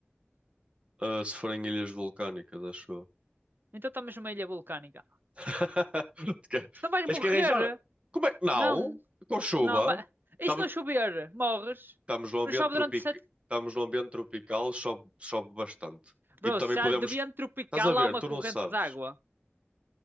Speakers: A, on the right; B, on the right.
A: ah, se forem ilhas vulcânicas, acho eu.
B: Então estamos numa ilha vulcânica.
A: <laughs> Porque
B: Então vais
A: Tens
B: morrer?
A: que arranjar. Como é? Não,
B: Não,
A: com chuva.
B: não. ba-
A: Estamos,
B: E se não chover? Morres?
A: estamos num ambiente
B: Não chove
A: tropical,
B: durante sete.
A: estamos num ambiente tropical, chove, chove bastante. E
B: Bro,
A: também
B: se
A: podemos.
B: há de vento tropical,
A: Estás a ver,
B: há uma
A: tu
B: corrente
A: não sabes.
B: d'água.